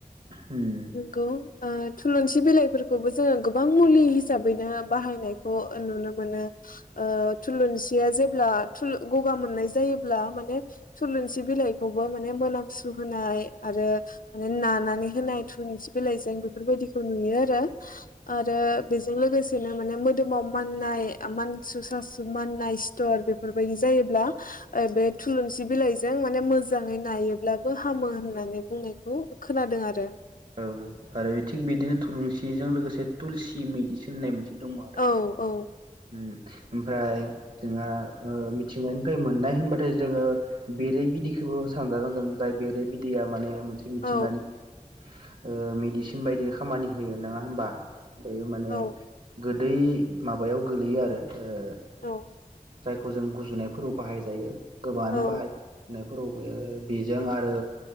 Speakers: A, on the right; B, on the left.
A: होम।
B: नंगौ आ थुलुंसि बिलाइफोरखौबो जोङो गोबां मुलि हिसाबैनो बाहायनाय खौ नुनो मोनो। ओ थुलुंसिया जेब्ला थुलु गगा मोननाय जायोब्ला माने थुलुंसि बिलाइखौबो माने मोनामसु होनाय आरो माने नानानै होनाय थुलुंसि बिलाइजों बेफोरबायदिखौ नुयो आरो। आरो बेजों लोगो सेनो माने मोदोमाव माननाय आ मानसु सासु माननाय सिथर बेफोरबायदि जायोब्ला ओ बे थुलुंसि बिलाइजों माने मोजाङै नायोब्लाबो हामो होन नानै बुंनायखौ खोनादों आरो।
A: औ आरो थिग बिदिनो थुलुंसिजों लोगोसे तुलसि मेदिसिन होननाय मोनसे दं आरो
B: औ औ
A: ओम ओमफ्राय जोंहा ओ मिथिंगानिफ्राय मोननाय होनबाथाय जोङो बेरै बिदैखोबो सानजागोन जों जाय बेरै बिदैया माने मोनसे मिथिंगानि
B: औ
A: ओ मेडिसिन बायदि खामानि होयो नङा होमबा बेयो माने
B: औ
A: गो दै माबायाव गोलैयो आरो ओ
B: औ
A: जायखौ जों गुजुनायफोराव बाहायजायो गोबाङानो
B: औ
A: बाहाय नायफोराव ओ बेजों आरो